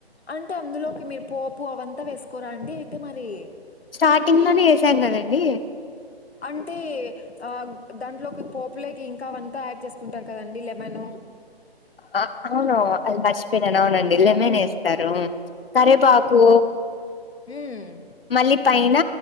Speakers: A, on the left (about 80°); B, on the left (about 65°).
A: అంటే అందులోకి మీరు పోపు అవంతా వేసుకోరాండి అయితే మరి
B: స్టార్టింగ్లోనే ఏసాం కదండి
A: అంటే ఆ దాంట్లోకి పోపులేకి ఇంకా అవంతా యాడ్ చేసుకుంటారు కదండి లెమన్
B: ఆ అవును అది మర్చిపోయినను అవునండి లెమన్ ఏస్తారు కరేపాకు
A: ఉమ్మ్
B: మళ్ళీ పైన